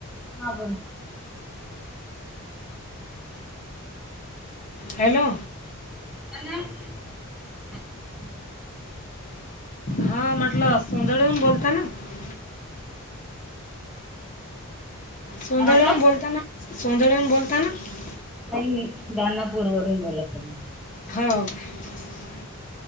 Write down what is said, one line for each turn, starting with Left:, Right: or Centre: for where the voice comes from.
Centre: ह ब ना <unintelligible>
Left: हॅलो
Centre: हम <unintelligible>
Left: हा म्हटलं सोंदळे येऊन बोलता ना <unintelligible> सोध्याळऊून
Centre: काय म्हटलं
Left: बोलताना सोध्याऊून बोलताना <unintelligible>
Centre: नाही दनापूर वरून बोलतही <unintelligible>
Left: हो का <unintelligible>